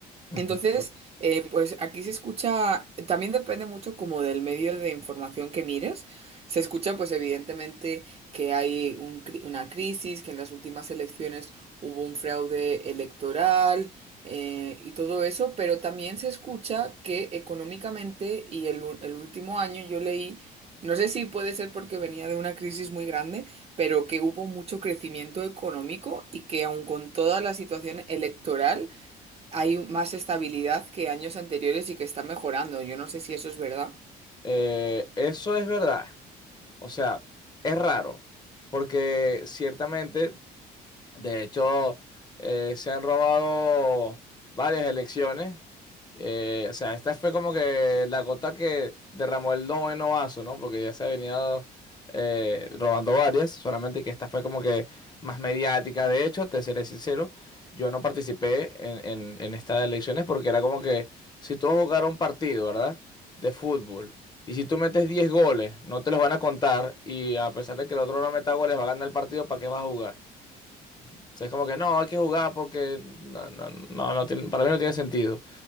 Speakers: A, on the left; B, on the right.
A: Ujú.
B: Entonces, eh, pues aquí se escucha, también depende mucho como del medio de información que mires. Se escucha pues evidentemente que hay un cri- una crisis, que en las últimas elecciones hubo un fraude electoral eh, y todo eso, pero también se escucha que económicamente y el, u- el último año yo leí, no sé si puede ser porque venía de una crisis muy grande, pero que hubo mucho crecimiento económico y que aun con toda la situación electoral, hay más estabilidad que años anteriores y que está mejorando. Yo no sé si eso es verdad.
A: Eh, eso es verdad. O sea, es raro, porque ciertamente De hecho, eh, se han robado varias elecciones. Eh, o sea, esta fue como que la gota que derramó el noveno vaso, ¿no? Porque ya se ha venido eh, robando varias, solamente que esta fue como que más mediática. De hecho, te seré sincero, yo no participé en, en- en estas elecciones porque era como que si tú vas a jugar un partido, ¿verdad? De fútbol. Y si tú metes 10 goles, no te los van a contar. Y a pesar de que el otro no meta goles, va a ganar el partido, ¿para qué vas a jugar? O sea, es como que no, hay que jugar porque no, no, no, no tiene- para mí no tiene sentido.